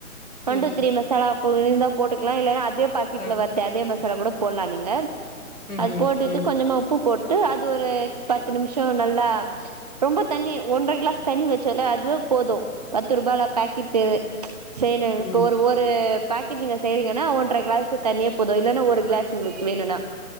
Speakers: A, on the right; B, on the left.
A: ஒன்
B: ம்
A: டு
B: ம்
A: த்தி மசாலா பு ந்தா போட்டுக்கலா இல்லன்னா அதே பாக்கெட்ல
B: ஆ
A: வர்தே அதே மசாலா கூட போல்லா நீங்க
B: ம்ஹும்
A: அது போட்டுட்டு
B: ம்
A: கொஞ்சமா உப்பு போட்டு அது ஒரு பத்து நிமிஷோ நல்லா ரொம்ப தண்ணி ஒன்றை கிளாஸ் தண்ணி வச்சோல அதுவே போது பத்து ரூபால பேக்கெட்டு சேனு இப்ப
B: ம்
A: ஒரு ஒரு பாக்கெட் நீங்க செய்ரீங்கன்னா ஒன்ற கிளாஸ்சு தண்ணியே போது இல்லன்னா ஒரு கிளாஸ் உங்களுக்கு வேணுன்னா